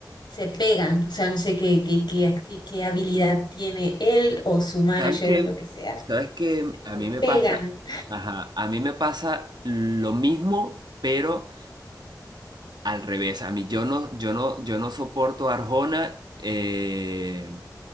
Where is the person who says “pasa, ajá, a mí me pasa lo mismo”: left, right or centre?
Right